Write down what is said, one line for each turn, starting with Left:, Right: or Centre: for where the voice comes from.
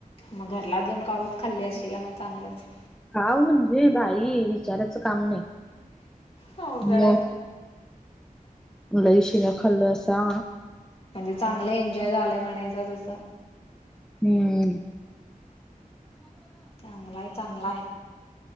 Left: मग घरला जाऊन कावच खाल्ली असशीला मग चांगलंच.
Centre: काव म्हणजे बाई विचाराचं काम नाही.
Left: अवघड
Centre: मग
Left: आहे.
Centre: लई शिव्या खाल्लो अशा
Left: म्हणजे चांगला एन्जॉय झालाय म्हणायचा तसा.
Centre: हम्म.
Left: चांगलाय चांगलाय